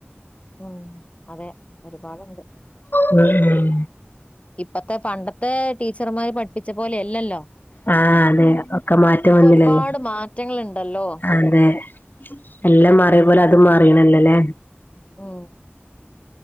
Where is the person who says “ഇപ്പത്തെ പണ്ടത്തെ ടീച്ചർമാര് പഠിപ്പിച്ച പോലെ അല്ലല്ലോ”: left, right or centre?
Left